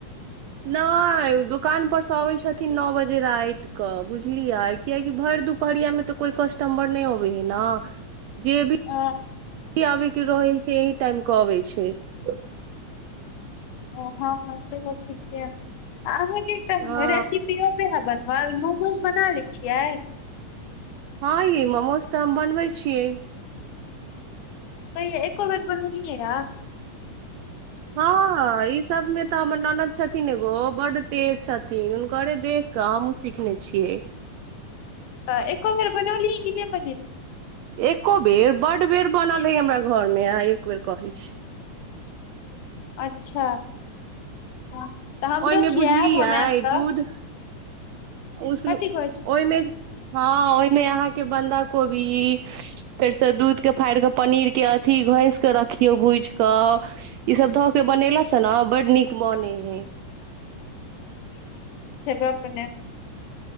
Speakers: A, on the right; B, on the left.
A: नहि दोकानपर सँ अबैत छथिन नओ बजे रातिक कँ बुझलियै कियकि भरि दुपहरियामे तऽ कोइ कस्टमर नहि अबय हे न जे भी
B: अ
A: आबे के रहै <inaudible> से टाइम अबय छैक <inaudible>
B: ओ हँ से त ठीक छैक एक
A: हँ
B: रेसिपि भ ह बन <unintelligible> मोमोज बना लै छियै
A: हँ ये मोमोज तऽ हम बनबय छियै
B: तहि एको बेर बनेलियै य
A: हँ ई सबमे तऽ हमर ननदि छथिन एगो ओ बड्ड तेज छथिन हुनके देख कऽ हममूँ सिखने छियै
B: तऽ एको बेर बनौलहि कि नहि बनेलही
A: एको बेर बड बेर बनल हय हमरा घर मे अहाँ एक बेर कहै छी।
B: अच्छा। तऽ हमरो
A: ओहिमे
B: खिआयब
A: बुझलियै
B: हम आयब तऽ।
A: दूध उस
B: कथी
A: ओहिमे
B: कहै छी
A: हँ ओहिमे अहाँके बन्दा को कोभी फेरसँ दूध के फाड़ि कऽ पनीर के अथी घस के रखियौ भूज कऽ ई सब धऽ के बनेलास से ने बड नीक बनय हय
B: ब अपने